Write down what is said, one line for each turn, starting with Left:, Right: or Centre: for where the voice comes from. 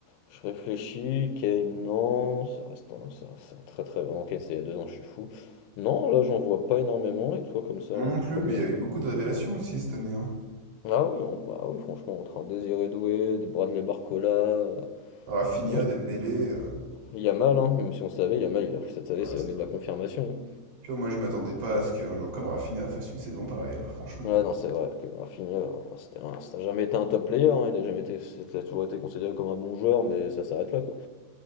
Left: je réfléchis. Kane, non, ça reste un, ça, c'est un très très. Non, Kane, c'est il y a deux ans, je suis fou. Non, là, j'en vois pas énormément. Et toi, comme ça,
Right: Moi
Left: la
Right: non
Left: première.
Right: plus, mais il y a eu beaucoup de révélations aussi cette année. Hein.
Left: Ah oui, on, bah oui, franchement, entre un Désiré Doué, des Bradley Barcola. euh,
Right: Rafinha,
Left: Non,
Right: Dembélé. euh,
Left: il y a mal, hein, même si on savait, il y a, mal cette année,
Right: Ouais,
Left: c'est
Right: c'est
Left: l'année
Right: vrai.
Left: de la confirmation.
Right: Tu vois, moi je m'attendais pas à ce qu'un joueur comme Rafinha fasse une saison pareille, là, franchement.
Left: Ouais, non, c'est vrai que Rafinha, euh, c'était un- ça n'a jamais été un top player. hein, il a jamais été. C'était toujours été considéré comme un bon joueur, mais ça s'arrête là, quoi.